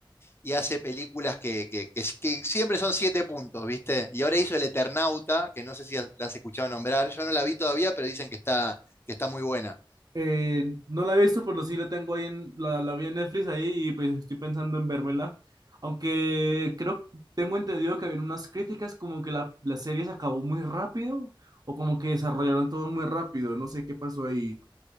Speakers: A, on the left (about 25°); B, on the right (about 45°).
A: y hace películas que, que, que- que siempre son siete puntos, ¿viste? Y ahora hizo El Eternauta, que no sé si has- la has escuchado nombrar, yo no la vi todavía, pero dicen que está, que está muy buena.
B: Eh, no la he visto, pero sí la tengo ahí en, la, la vi en Netflix ahí y pues estoy pensando en vérmela. Aunque creo, tengo entendido que había unas críticas como que la, la serie se acabó muy rápido o como que desarrollaron todo muy rápido, no sé qué pasó ahí,